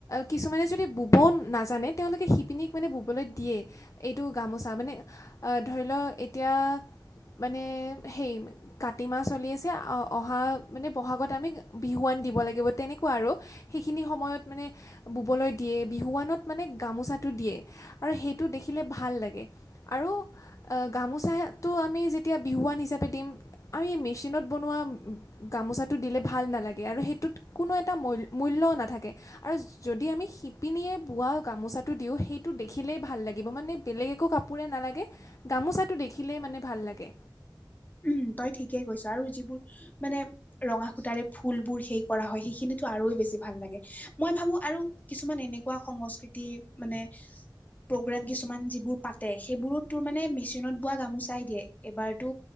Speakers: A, on the left (about 45°); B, on the left (about 20°).
A: কিছুমানে যদি ব'ব নাজানে তেওঁলোকে শিপিনীক মানে ব'বলৈ দিয়ে, এইটো গামোচা মানে ধৰি লওক এতিয়া মানে, সেই কাতি মাহ চলি আছে, অ'। অহা মানে বহাগত আমি বিহুৱান দিব লাগিব, তেনেকুৱা আৰু সেইখিনি সময়ত মানে ব'বলৈ দিয়ে বিহুৱানত মানে গামোচাটো দিয়ে আৰু সেইটো দেখিলে ভাল লাগে। আৰু অ' গামোচাটো আমি যেতিয়া বিহুৱান হিচাপে দিম আৰু এ মেচিনত বনোৱা গামোচাটো দিলে ভাল নালাগে আৰু সেইটোত কোনো এটা মূল--মূল্যও নাথাকে আৰু যদি আমি শি পিনিয়ে বোৱা গামোচাটো দিওঁ, সেইটো দেখিলেই ভাল লাগিব মানে বেলেগ একো কাপোৰে নালাগে গামোচাটো দেখিলে মানে ভাল লাগে।
B: উম, তই ঠিকে কৈছা আৰু যিবোৰ মানে ৰঙা সূতাৰে ফুলবোৰ সেই কৰা হয়, সেইখিনিতো আৰু বেছি ভাল লাগে। মই ভাবো আৰু কিছুমান এনেকুৱা সংস্কৃতি মানে প্ৰগ্ৰেম কিছুমান যিবোৰ পাতে, সেইবোৰত তোৰ মানে মিছ চিনত বোৱা গামোচাই দিয়ে, এবাৰতো